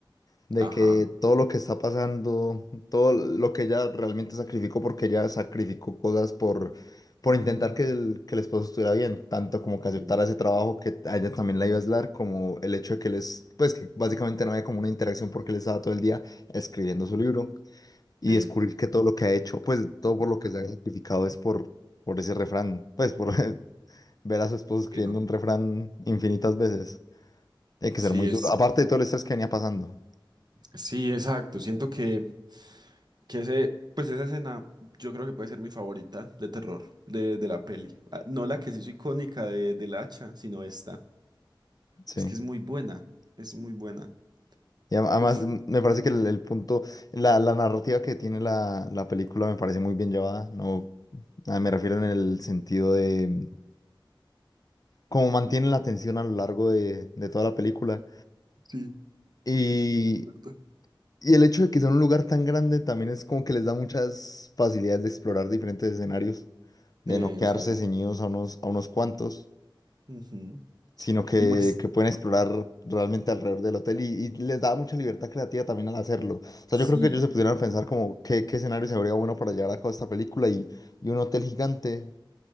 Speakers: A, on the left; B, on the right.
A: De
B: ajá.
A: que todo lo que está pasando, todo lo que ella realmente sacrificó, porque ella sacrificó cosas por, por
B: Ujú.
A: intentar que el, que el esposo estuviera bien, tanto como que aceptara
B: Sí,
A: ese trabajo que a ella también la iba a aislar, como el hecho de que les, pues que básicamente no había como una interacción porque él estaba todo el día escribiendo su libro y
B: sí,
A: descubrir que todo lo que ha hecho, pues todo por lo que se ha sacrificado es por por ese refrán, pues por <laughs> ver a su esposo escribiendo
B: sí, no.
A: un refrán infinitas veces. Hay que
B: Sí,
A: ser muy
B: es,
A: duro. Aparte de todo el estrés que venía pasando.
B: sí, exacto. Siento que, que ese, pues esa escena yo creo que puede ser mi favorita de terror de, de la peli. Ah, No la que se hizo icónica de, del hacha, sino esta.
A: Sí.
B: Es que es muy buena, es muy buena.
A: Y a- además
B: Uf,
A: mm, me parece que el, el punto, la, la narrativa que tiene la, la película me parece muy bien llevada. No, ah, me refiero en el sentido de mm, cómo mantiene la atención a lo largo de, de toda la película.
B: sí,
A: Y,
B: ¿verdad?
A: y el hecho de que sea un lugar tan grande también es como que les da muchas facilidades de explorar diferentes escenarios, de
B: Eh,
A: no quedarse
B: exacto.
A: ceñidos a unos, a unos cuantos.
B: Ujú.
A: sino que,
B: Y muestra,
A: que pueden explorar realmente alrededor del hotel y, y les da mucha libertad creativa también al hacerlo. O sea,
B: sí.
A: yo creo que ellos se pudieran pensar como qué, qué escenario se vería bueno para llevar a cabo esta película y, y un hotel gigante